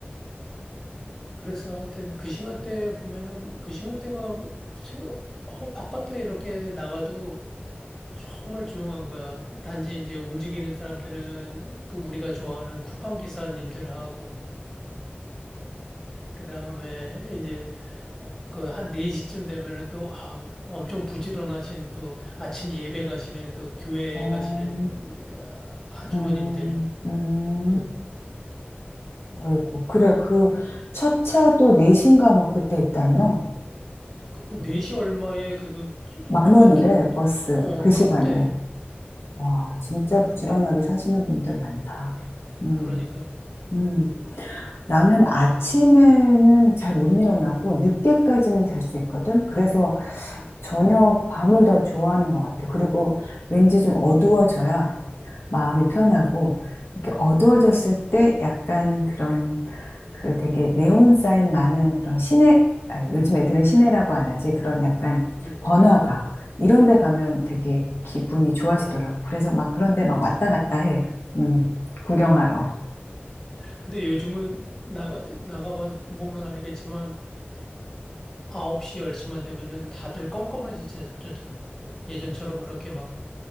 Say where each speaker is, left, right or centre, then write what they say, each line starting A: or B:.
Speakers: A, on the left; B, on the left.
A: 그래서 하여튼 그 시간대 보면은 그 시간대가 생각 어, 바깥에 이렇게 나가도 정말 조용한 거야. 단지 이제 움직이는 사람들은 그 우리가 좋아하는 쿠팡 기사님들하고 그다음에 그 한 4시쯤 되면은 또 아우, 엄청 부지런하신 또 아침 예배 가시는 그 교회
B: 어,
A: 가시는 으, 아주머님들.
B: 음, 음,
A: 응.
B: 어이구. 그래, 그, 첫 차도 내시인가 뭐 그때 있다며?
A: 어, 4시 얼마에 그거 쭈-
B: 만
A: 뭐
B: 원이래,
A: 아주
B: 버스.
A: 그, 어
B: 그 시간에.
A: 그렇대.
B: 와, 진짜
A: 그-
B: 부지런하게 사시는 분들 많다. 음,
A: 그러니까.
B: 음. 나는 아침에는 잘 못 일어나고 늦게까지는 잘 수 있거든. 그래서
A: 음.
B: 저녁 밤을 더 좋아하는 것 같아. 그리고 왠지 좀 어두워져야 마음이 편하고 이렇게 어두워졌을 때 약간 그런 그 되게 네온 사인 많은 그런 시내 아니, 요즘 애들은 시내라고 안 하지. 그런 약간
A: 음.
B: 번화가 이런 데 가면 되게 기분이 좋아지더라고. 그래서 막 그런 데 막 왔다 갔다 해. 음, 구경하러.
A: 근데 요즘은 나가 나가 봐 보면 알겠지만 9시 10시만 되면은 다들 껌껌해지셨잖아. 예전처럼 그렇게 막